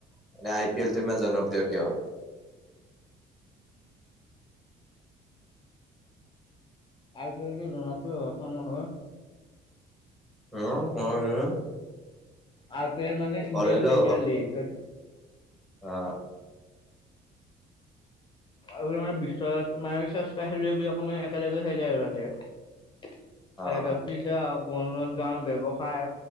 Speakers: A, in the centre; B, on the left.
A: মানে আই পি এল টো ইমান জনপ্ৰিয় কিয়
B: আই পি এলটো জনপ্ৰিয় অসম হল
A: অহ কোৱা হৈছিলে
B: আই পি এল মানে ইণ্ডিয়ান
A: ভৰেলো
B: প্ৰিমিয়াৰ লীগ
A: অহ
B: আৰু মানে বিশ্বত মানে চেষ্টা খেলুৱৈ বিলাকে মানে অকমান একেলগে খেলে আৰু তাতে
A: অ'।
B: এ <unintelligible> হক মনোৰঞ্জন ব্যৱসায়